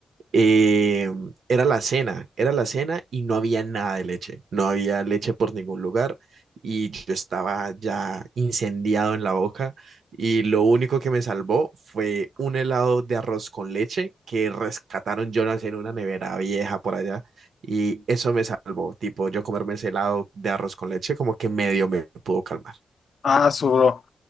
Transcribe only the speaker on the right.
Eh, era la cena, era la cena y no había nada de leche, no había leche por ningún lugar y yo estaba ya incendiado en la boca y lo único que me salvó fue un helado de arroz con leche que rescataron yo no sé, en una nevera vieja por allá y eso me salvó, tipo yo comerme ese helado de arroz con leche como que medio me pudo calmar.